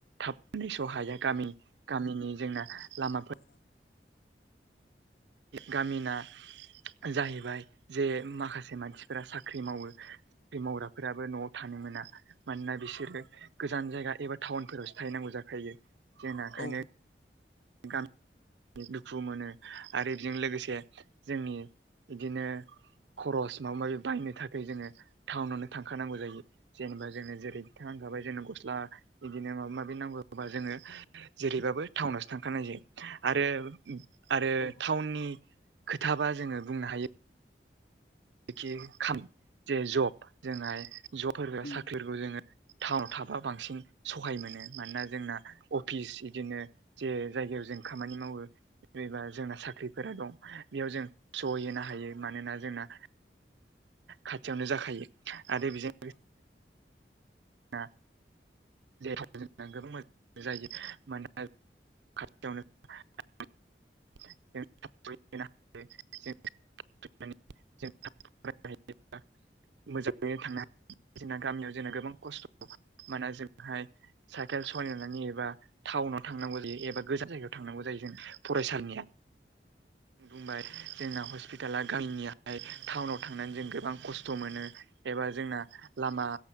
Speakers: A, on the right (about 90°); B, on the left (about 75°).
A: थाब फैस' हाया गामि गामिनि जोंना लामाफोर
B: <inaudible>
A: गामिना जाहैबाय जे माखासे मानसिफोरा साख्रि मावो साख्रि मावग्राफोराबो न'आव थानो मोना मानोना बिसोरो गोजान जायगा एबा टाउनफोरावसो थाहैनांगौ जाखायो जोंना ओंखायनो
B: औ
A: गामि दुखु मोनो आरो बेजों लोगोसे जोंनि बिदिनो खरस माबा माबि बायनो थाखाय जोङो टाउनावनो थांखानांगौ जायो जेनेबा जोङनो जेरै दिथाांखाबाय जोंनो गस्ला बिदिनो माबा माबि नांगौबा जोङो जेरैबाबो थाउना थांखानाय जायो आरो आरो
B: औ
A: टाउननि खोथाबा जोङो बुंनो हायो जायनाखि खाम जे जब जोंहाय जब
B: उम
A: साख्रि खौ जोङो टाउनाव थाबा बांसिन सहाय मोनो मानोना जोंना अफिस बिदिनो जे जायगायाव जों खामानि मावो जेनेबा जोंना साख्रिफोरा दं बेयाव जों सहैनो हायो मानोना जोंना खाथियावनो जाखायो आरो बेजों
B: औ
A: आ देहा जों गोबां मोजां जायो मानोना खाथियावनो <unintelligible> <unintelligible> <unintelligible> मोजाङैनो थांनो हायो जोंना गामियाव जोंना गोबां खस्थ' मानोना जों हाय साइकेल सलायनानै एबा टाउनाव थांनांगौ जायो एबा गोजान जायगायाव थांनांगौ जायो जों फरायसालिनिया बुंबाय जोंना हस्पिटाला गामिनिहाय टाउनाव थांनानै जों गोबां खस्थ' मोनो एबा जोंना लामा